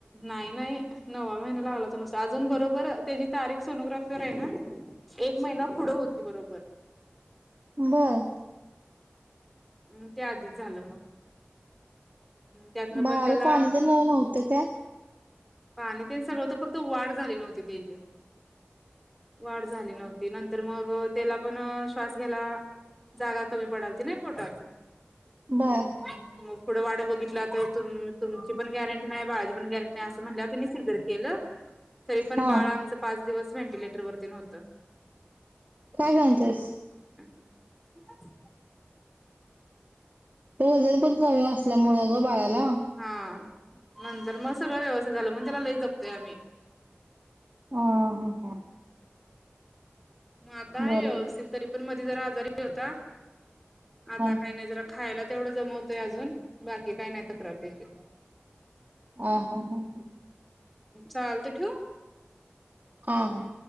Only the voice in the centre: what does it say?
नाही नाही नववा महिना लागलेला नुकता. अजून बरोबर त्याची तारीख सोनोग्राफीवर आहे ना, एक महिना पुढे होती बरोबर.
हम् त्या आधीच झालं मग, त्यातनं पण
त्याला
पाणी तेन सगळंत, फक्त वाढ झाली नव्हती त्याची. वाढ झाली नव्हती नंतर मग त्याला पण श्वास घ्यायला जागा कमी पडायलती ना- पोटात,
हम्म हम् मग- पुढं वाट बघितलात तुमची पण गॅरंटी नाही, बाळाची पण गॅरंटी नाही, अस म्हटल्यावर म सिजर केलं. तरी पण
बाळ आमच पाच दिवस व्हेंटिलेटर वरती न ते होत.
<inaudible>
हा नंतर मग सगळं व्यवस्थित झालं. म्हणून त्याला लय जपतोय आम्ही.
मग आता हाय
व्यवस्थित तरी पण मधी जरा आजारी होता. आता
काही नाही जरा खायला तेवढं दमवतोय अजून, बाकी काय नाही तक्रार त्याची.
चालतयं ठेउ?